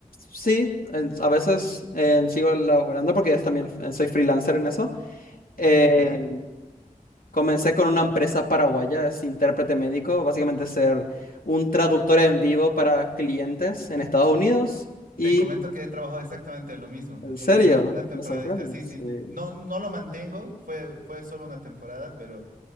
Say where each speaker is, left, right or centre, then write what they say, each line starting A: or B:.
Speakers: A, on the left (about 80°); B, on the right (about 85°).
A: Sí, en- a veces eh, sigo laborando porque es también eh, soy freelancer en eso. Eh,
B: qué genial.
A: comencé con una empresa paraguaya, es intérprete médico, básicamente ser un traductor en vivo para clientes en Estados Unidos. Y
B: Te comento que he trabajado exactamente lo mismo,
A: en serio,
B: un tiempo, una temporadita,
A: me sorprende.
B: sí,
A: Sí,
B: sí. No, no lo mantengo, fue, fue solo una temporada, pero